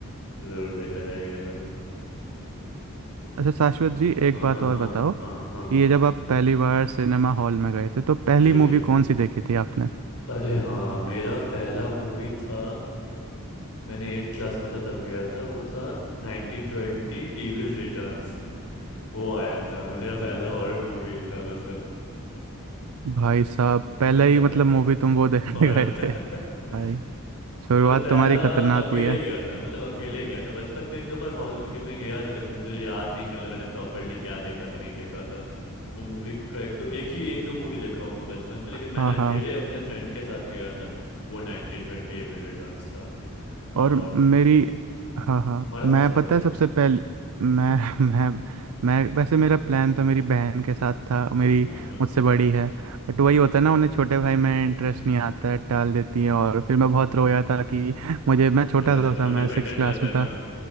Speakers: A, on the left; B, on the right.
A: जरूर देखा जाएगा ये वाला
B: अच्छा शाश्वत जी एक
A: हाँ
B: बात
A: हाँ
B: और
A: हाँ
B: बताओ
A: हाँ हाँ हाँ
B: कि ये जब आप पहली बार सिनेमा हॉल में गए थे तो पहली
A: जी
B: मूवी
A: जी
B: कौन सी देखी थी आपने
A: अरे हाँ मेरा पहला मूवी था मैंने एट क्लास में था तब गया था वो था नाइनटीन ट्वेंटी इविल रिटर्न। वो आया था मेरा पहला हॉरर मूवी था मतलब
B: भाई साहब
A: <laughs>
B: पहले ही मतलब मूवी तुम वो देखने
A: हॉरर
B: <laughs> गए
A: <laughs>
B: थे भाई शुरुआत
A: मतलब पहला
B: तुम्हारी खतरनाक
A: अकेले
B: हुई है
A: गया था मतलब अकेले गया था बचपन में एक दो बार हॉल में गया था लेकिन मुझे याद नहीं कि मतलब मैंने प्रॉपरली क्या देखा था नहीं देखा था वो मूवी का एक दो एक ही एक दो मूवी देखा होगा बचपन में लेकिन
B: हाँ
A: मैंने अकेले
B: हाँ
A: अपने फ्रेंड के साथ गया था वो नाइनटीन ट्वेंटी एविल रिटर्न्स था
B: और
A: और
B: मेरी हाँ हाँ
A: हमारा कौन
B: मैं
A: सा
B: पता
A: था
B: है
A: भाई
B: सबसे पहले
A: हम्म
B: मैं <laughs> मैं मैं वैसे मेरा प्लान तो मेरी बहन के साथ था मेरी
A: हम्म हम्म
B: मुझसे
A: हम्म,
B: बड़ी है बट वही
A: हाँ
B: होता है ना उन्हें छोटे भाई में इंटरेस्ट नहीं आता है टाल देती है और फिर मैं बहुत रोया था कि मुझे मैं छोटा
A: चलो चलो
B: था उस समय
A: अब डिपेंडेंट
B: सिक्स क्लास
A: रहता
B: में
A: है ना
B: था